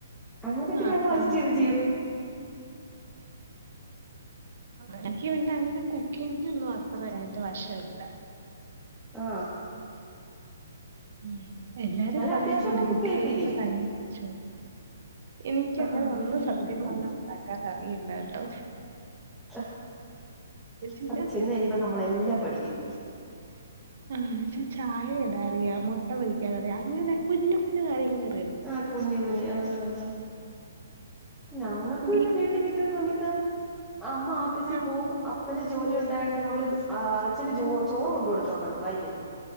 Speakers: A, in the centre; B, on the right.
A: അങ്ങനെയൊക്കെ
B: ആഹ്
A: ഞങ്ങള് അജസ്റ്റ്
B: ആഹ്
A: ചെയ്ത് ജീ
B: എനിക്ക് പിന്നെ അങ്ങനെ കുക്കിങ്ങാെന്നും അത്രയായിട്ട് വശവില്ല
A: ആ
B: ഉം എല്ലാരും പറയുന്നുണ്ട്
A: അത്യാവശ്യമൊക്കെ കുക്ക്
B: കെട്ടി
A: ചെയ്യത്തില്ലേ
B: കഴിയുമ്പോ തനിയെ ചോ എനിക്ക്
A: ആഹ്
B: അങ്ങനെ ഒന്നും
A: അതാണ്
B: സത്യം
A: ഞങ്ങള്
B: പറഞ്ഞാ ഉണ്ടാ ക്കാനറിയില്ല ട്ടോ
A: ആ
B: കഴിഞ്ഞാ
A: അത് ചെന്ന് കഴിയുമ്പ നമ്മളെല്ലാം പഠിക്കും.
B: ആ ച്ച് ചായ ഇടാറിയാ മൊട്ട പൊരിക്കാനറിയ അങ്ങനെ കുഞ്ഞു കുഞ്ഞു കാര്യങ്ങള്
A: ആ കുഞ്ഞ് കുഞ്ഞ് ആ ഹാ ഞങ്ങൾക്ക്
B: വീ
A: പിന്നെ വീട്ടി നിക്ക്ന്ന സമയത്ത് അമ്മ ആപ്പീസി
B: ആഹ്
A: പോവും അ പ്പന് ജോലി ഉണ്ടായാെണ്ട് നമ്മള് ആ അച്ഛന് ജോ ചോറ് കൊണ്ട് കൊടുക്കാൻ പോണം വയലി